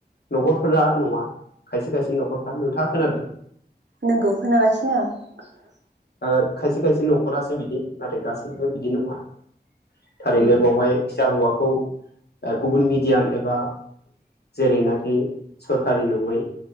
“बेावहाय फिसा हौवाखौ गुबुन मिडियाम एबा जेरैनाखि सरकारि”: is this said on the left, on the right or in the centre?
Left